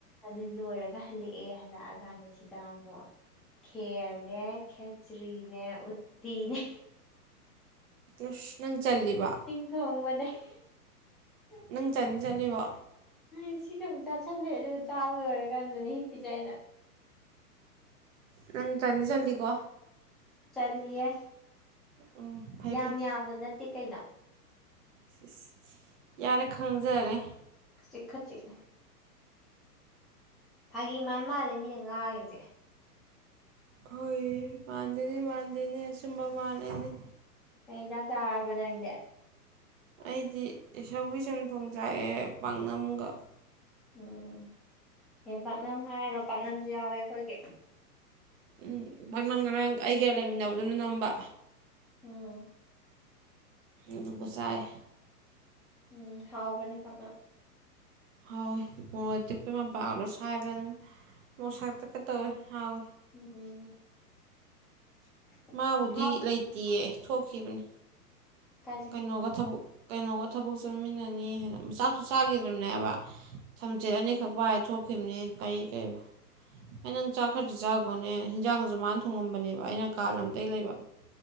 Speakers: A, in the centre; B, on the right.
A: ꯑꯗꯨ ꯂꯣꯏꯔꯒ ꯍꯜꯂꯛꯑꯦ ꯍꯜꯂꯛꯑꯀꯥꯟꯗ ꯁꯤꯗ ꯑꯃꯨꯛ ꯈꯦ꯭ꯔꯅꯦ ꯈꯦꯆ꯭ꯔꯤꯅꯦ ꯎꯠꯇꯤꯅꯦ
B: ꯏꯁ ꯅꯪ ꯆꯜꯂꯤꯕꯥ
A: <inaudible>
B: ꯅꯪ ꯆꯟꯗꯤ ꯆꯟꯂꯤꯕꯣ
A: ꯎꯝ ꯁꯤꯁꯨ ꯑꯃꯨꯛ ꯆꯥꯁꯤꯜꯂꯦ ꯑꯗꯨꯒ ꯆꯥꯕ ꯂꯣꯏꯔ ꯀꯥꯟꯗꯅꯦ ꯍꯤꯞꯄꯤꯖꯦ ꯑꯩꯅ
B: ꯅꯪ ꯆꯟꯗꯤ ꯆꯟꯂꯤꯀꯣ
A: ꯆꯟꯂꯤꯌꯦ
B: ꯎꯝ ꯐꯩ
A: ꯌꯥꯝ
B: ꯐꯩ
A: ꯌꯥꯝꯅ ꯅꯠꯇꯦ ꯀꯩꯅꯣ
B: ꯏꯁ ꯏꯁ ꯌꯥꯔꯦ ꯈꯪꯖꯔꯦ
A: ꯈꯖꯤꯛ ꯈꯖꯤꯛꯅꯦ ꯐꯥꯒꯤ ꯃꯥꯟ ꯃꯥꯜꯂꯦ ꯃꯤꯅ ꯉꯥꯡꯉꯤꯖꯦ
B: ꯍꯣꯏ ꯃꯥꯟꯗꯦꯅꯦ ꯃꯥꯟꯗꯦꯅꯦ ꯑꯆꯨꯝꯕ ꯃꯥꯜꯂꯦꯅꯦ
A: ꯀꯩ ꯏꯟꯁꯥꯡ ꯆꯥꯔꯕ ꯅꯪꯗꯤ
B: ꯑꯩꯗꯤ ꯁꯧꯒꯔꯤ ꯆꯝꯊꯣꯡ ꯆꯥꯏꯑꯦ ꯄꯥꯛꯅꯝꯒ
A: ꯎꯝ ꯑꯦ ꯄꯥꯛꯅꯝ ꯍꯥꯏꯔꯒ ꯄꯥꯛꯅꯝꯁꯨ ꯌꯥꯎꯋꯦ ꯑꯩꯈꯣꯏꯒꯤ
B: ꯎꯝ ꯄꯥꯛꯅꯝ ꯉꯔꯥꯡ ꯑꯩꯒꯥ ꯂꯩꯃꯤꯟꯅꯕꯗꯨꯅ ꯅꯝꯕ
A: ꯎꯝ
B: ꯑꯗꯨꯒ ꯆꯥꯏꯌꯦ
A: ꯎꯝ ꯍꯥꯎꯕꯅꯤ ꯄꯥꯛꯅꯝ
B: ꯍꯥꯎꯋꯤ ꯃꯣꯔꯣꯛ ꯑꯇꯤꯛꯄꯤ ꯃꯄꯥꯜꯗꯣ ꯁꯥꯏꯕ ꯑꯗꯨꯝ ꯃꯣꯔꯛ ꯁꯥꯇꯛꯀ ꯇꯧꯋꯤ ꯍꯥꯎꯋꯏ
A: ꯎꯝ <inaudible>
B: ꯃꯥꯕꯨꯗꯤ
A: ꯍꯥꯎ
B: ꯂꯩꯇꯤꯌꯦ ꯊꯣꯛꯈꯤꯕꯅꯤ
A: ꯀꯥꯏ ꯆꯠꯈꯤꯕ
B: ꯀꯩꯅꯣꯒ ꯊꯕꯛ ꯀꯩꯅꯣꯒ ꯊꯕꯛ ꯆꯠꯃꯤꯟꯅꯅꯤ ꯍꯥꯏꯅ ꯆꯥꯛꯁꯨ ꯆꯥꯒꯤꯗ꯭ꯔꯤꯕꯅꯦ ꯍꯥꯏꯕ ꯊꯝꯆꯦꯠ ꯑꯅꯤꯈꯛ ꯄꯥꯏꯔ ꯊꯣꯛꯈꯤꯕꯅꯤ ꯀꯔꯤ ꯀꯔꯤ ꯑꯩ ꯅꯪ ꯆꯥꯛ ꯈꯔꯗꯤ ꯆꯥꯒꯣꯅꯦ ꯍꯤꯟꯖꯥꯡꯖꯨ ꯃꯥꯅ ꯊꯣꯡꯉꯝꯕꯅꯦꯕ ꯑꯩꯅ ꯀꯥ ꯂꯝ ꯇꯩ ꯂꯩꯕ <inaudible>